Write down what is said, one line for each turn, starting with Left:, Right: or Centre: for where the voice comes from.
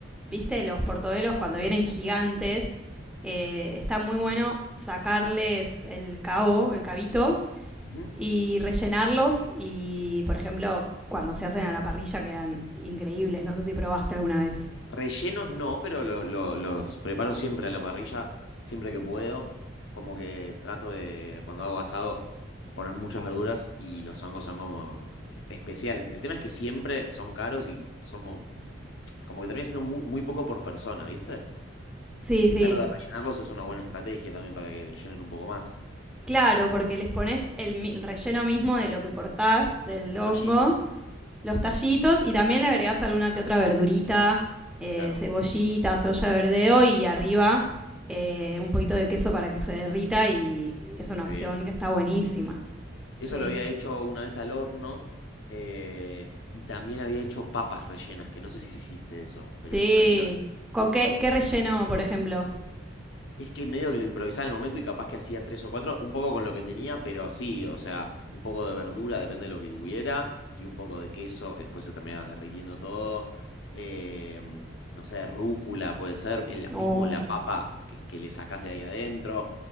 Centre: viste, los portobelos cuando vienen gigantes, eh, está muy bueno sacarles el cabo, el cabito,
Left: Ujú.
Centre: y rellenarlos. Y, por ejemplo, cuando se hacen a la parrilla quedan increíbles. No sé si probaste alguna vez.
Left: Rellenos no, pero lo- lo- los preparo siempre a la parrilla, siempre que puedo. Como que trato de, cuando hago asado, poner muchas verduras y los hongos son como eh, especiales. El tema es que siempre son caros y somos, como que termina siendo muy, muy poco por persona, ¿viste?
Centre: Sí,
Left: Quizá
Centre: sí.
Left: lo de rellenarlos es una buena estrategia también para que llenen un poco más.
Centre: Claro, porque les pones el, el relleno mismo de lo que cortás, del
Left: Los
Centre: hongo,
Left: tallitos,
Centre: los tallitos y también le agregás alguna que otra verdurita, eh,
Left: claro,
Centre: cebollita, cebolla de verdeo y arriba eh, un poquito de queso para que se derrita y es una
Left: qué
Centre: opción
Left: bien.
Centre: que está buenísima.
Left: Eso
Centre: Sí,
Left: lo había hecho una vez al horno eh, y también había hecho papas rellenas, que no sé si hiciste eso, pero
Centre: sí.
Left: es una gloria.
Centre: ¿Con qué, qué relleno, por ejemplo?
Left: Es que medio que lo improvisaba en el momento y capaz que hacía tres o cuatro, un poco con lo que tenía, pero sí, o sea, un poco de verdura, depende de lo que hubiera, y un poco de queso, que después se terminaba derritiendo todo. eh, no sé, rúcula puede ser, el, mismo
Centre: Oh,
Left: la papa que, que le sacás de ahí adentro.